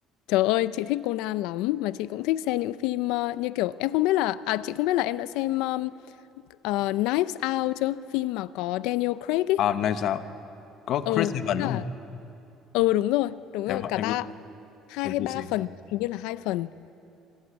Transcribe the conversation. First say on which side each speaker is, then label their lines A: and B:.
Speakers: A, on the left; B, on the left.
A: trời ơi, chị thích Conan lắm mà chị cũng thích xem những phim ờ, như kiểu em không biết là à chị không biết là em đã xem um, ờ, Knives Out chưa? Phim mà có Daniel Craig ấy.
B: à, nay sao có
A: Ừ,
B: Chris Evans
A: với cả
B: đúng không
A: ừ đúng rồi, đúng
B: em
A: rồi, cả
B: em
A: ba hai
B: em
A: hay
B: chưa
A: ba
B: xem
A: phần, hình như là hai phần.